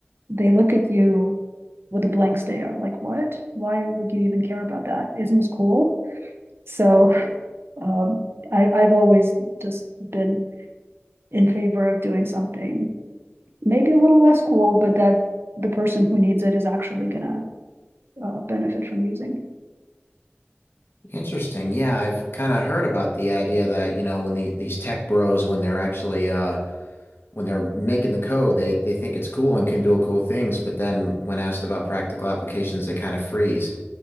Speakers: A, on the right (about 60°); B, on the left (about 60°).
A: they look at you with a blank stare like what why would you even care about that isn't this cool so um, I, i've always just been in favor of doing something maybe a little less cool but that the person who needs it is actually going to uh, benefit from using
B: Interesting. Yeah, I've kind of heard about the idea that, you know, when the, these tech bros, when they're actually, uh, when they're making the code, they they think it's cool and can do cool things, but then when asked about practical applications, they kind of freeze.